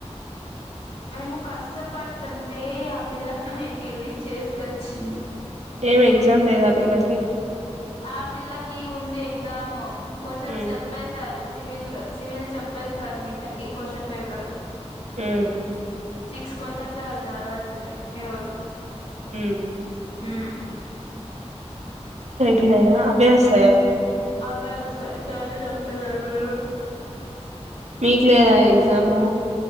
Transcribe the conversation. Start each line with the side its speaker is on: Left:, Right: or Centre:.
Left: మేము కష్టపడుతుంటే ఆ పిల్ల పైకి వెళ్ళి చేసుకొచ్చింది
Right: ఏం ఎగ్జామ్ లేదా పిల్లకి
Left: ఆ పిల్లకి ఉంది ఎగ్జామ్ క్వశ్చన్స్
Right: ఉమ్
Left: చెప్పేశారు సివిల్ సివిల్ చెప్పేస్తారు మిడ్ కి క్వశ్చన్ పేపర్
Right: మ్మ్
Left: సిక్స్ క్వశ్చన్స్ ఏ వాళ్ళు చదవాల్సింది ఈరోజు
Right: మ్మ్
Left: మ్మ్
Right: కిన అభ్యాస <unintelligible>
Left: అవే వస్తాయి సారే చెప్పేది అవేవో
Right: మీకు లేదా ఎగ్జాము